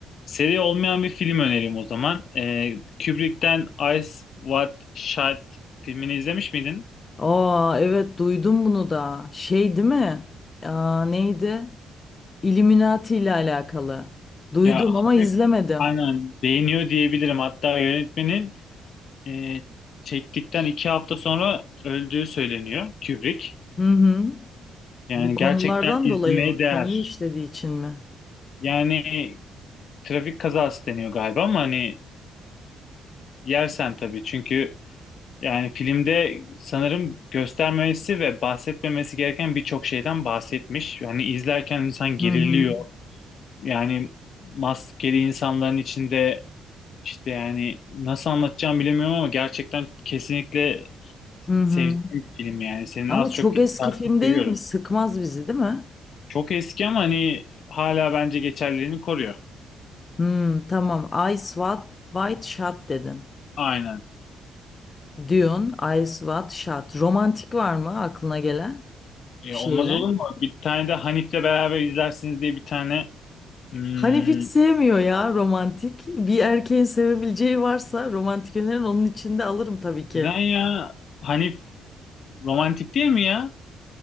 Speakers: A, on the left; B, on the left.
A: seri olmayan bir film önereyim o zaman. Ee, Kubrick'ten Eyes Wide Shut filmini izlemiş miydin?
B: Aa evet duydum bunu da. Şey değil mi? Aa, neydi? Illuminati ile alakalı. Duydum
A: Ya hafif
B: ama izlemedim.
A: Aynen beğeniyor diyebilirim. Hatta yönetmenin e, çektikten iki hafta sonra öldüğü söyleniyor Kubrick.
B: Hı hı.
A: Yani
B: Bu konulardan
A: gerçekten izlemeye
B: dolayı mı?
A: değer.
B: Konuyu işlediği için mi?
A: Yani trafik kazası deniyor galiba ama hani yersen tabii çünkü yani filmde sanırım göstermemesi ve bahsetmemesi gereken birçok şeyden bahsetmiş. Yani izlerken insan geriliyor.
B: Hı hı.
A: Yani maskeli insanların içinde işte yani nasıl anlatacağım bilemiyorum ama gerçekten kesinlikle
B: Hı hı.
A: sevdiğim bir film yani. Senin
B: Ama
A: az çok
B: çok eski
A: takip
B: film değil
A: seviyorum.
B: mi? Sıkmaz bizi, değil mi?
A: Çok eski ama hani hala bence geçerliliğini koruyor.
B: Hmm, tamam. Ice White, White Shot dedin.
A: Aynen.
B: Dune, Ice White Shot. Romantik var mı aklına gelen
A: Ya
B: bir şeyler?
A: olmaz olur mu? Bir tane de Hanif'le beraber izlersiniz diye bir tane hmm,
B: Hanif hiç sevmiyor ya romantik. Bir erkeğin sevebileceği varsa romantik önerin onun içinde alırım tabii ki.
A: neden ya? Hanif romantik değil mi ya?